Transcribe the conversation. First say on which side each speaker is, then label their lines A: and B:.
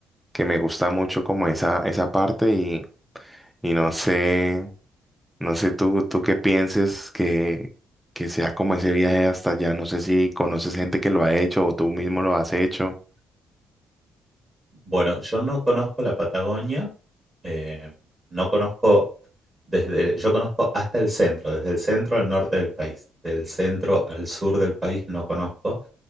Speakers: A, in the centre; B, on the right.
A: que me gusta mucho como esa, esa parte y, y no sé, no sé tú, tú qué pienses que, que sea como ese viaje hasta allá. No sé si conoces gente que lo ha hecho o tú mismo lo has hecho.
B: Bueno, yo no conozco la Patagonia, eh, no conozco desde, yo conozco hasta el centro, desde el centro al norte del país, del centro al sur del país no conozco.